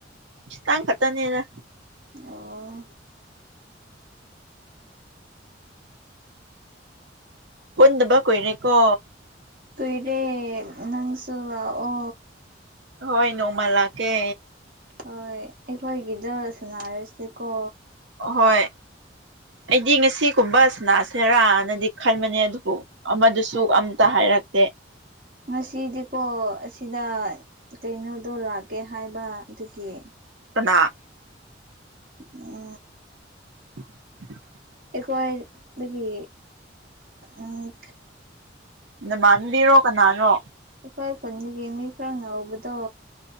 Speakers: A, on the right (about 70°); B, on the right (about 50°).
A: ꯈꯤꯇꯪ ꯈꯠꯇꯅꯦꯗ
B: ꯑꯣ
A: ꯄꯨꯟꯗꯕ ꯀꯨꯏꯔꯦꯀꯣ
B: ꯇꯨꯏꯔꯦ ꯅꯪꯁꯨ ꯂꯥꯑꯣ
A: ꯍꯣꯏ ꯅꯣꯡꯃ ꯂꯥꯛꯀꯦ
B: ꯍꯣꯏ ꯑꯩꯈꯣꯏꯒꯤꯗ ꯁꯅꯔꯁꯤꯀꯣ
A: ꯍꯣꯏ ꯑꯩꯗꯤ ꯉꯁꯤꯀꯨꯝꯕ ꯁꯅꯥꯁꯔꯥꯅꯗꯤ ꯈꯟꯕꯅꯦ ꯑꯗꯨꯕꯨ ꯑꯃꯗꯨꯁꯨ ꯑꯝꯇ ꯍꯥꯏꯔꯛꯇꯦ
B: ꯉꯁꯤꯗꯤꯀꯣ ꯑꯁꯤꯗ ꯀꯩꯅꯣꯗꯣ ꯂꯥꯛꯀꯦ ꯍꯥꯏꯕ ꯑꯗꯨꯒꯤ
A: ꯀꯅꯥ
B: ꯎꯝ
A: <unintelligible>
B: ꯑꯩꯈꯣꯏꯗꯒꯤ ꯎꯝ
A: ꯅꯃꯥꯟꯕꯤꯔꯣ ꯀꯅꯥꯅꯣ
B: ꯑꯩꯈꯣꯢ ꯈꯨꯟꯗꯒꯤ ꯃꯤ ꯈꯔ ꯉꯧꯕꯗꯣ